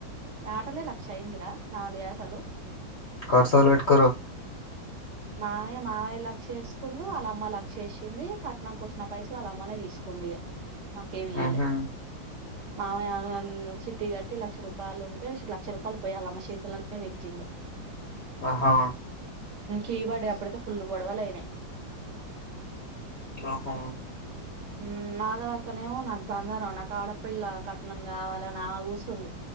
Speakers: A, on the right; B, on the left.
A: యేటలే లక్ష అయిందిరా నాలుగు యేటలు
B: కార్సు వాళ్ళు పెట్టుకోరు
A: మామయ్య మావయ్య లక్షేసుకుండు వాళ్ళ అమ్మ లక్ష వేసింది కట్నంనికి వచ్చిన పైసలు వాళ్ళ అమ్మనే తీసుకు కుందిగా మాకేం ఇయ్యాలే
B: ఆహా
A: మామ సిటీ కట్టి లక్ష రూపాయలు ఉంటే లక్ష రూపాయలు పోయాలమ్మ చేతులనే పెట్టిండు
B: ఆహా
A: తీబడే అప్పుడితే ఫుల్లు గొడవలు అయినాయి
B: ఓహో
A: ఉమ్ మాధవ్ అక్కనేమో నాకు బంగారం నాకు ఆడపిల్ల క కట్నం కావాల నా అడ కూర్చంది